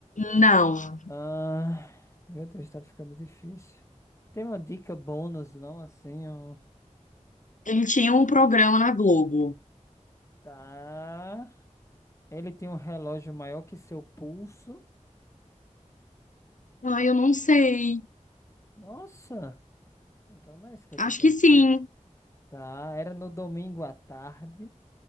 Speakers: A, on the left; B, on the left.
A: Não.
B: Ah, meu Deus, tá ficando difícil. Tem uma dica bônus, não? Assim, um...
A: Ele tinha um programa na Globo.
B: Tá. Ele tem um relógio maior que seu pulso.
A: Ai, eu não sei.
B: Nossa! Então não é isso que eu
A: Acho
B: tô pensando.
A: que sim.
B: Tá, era no domingo à tarde.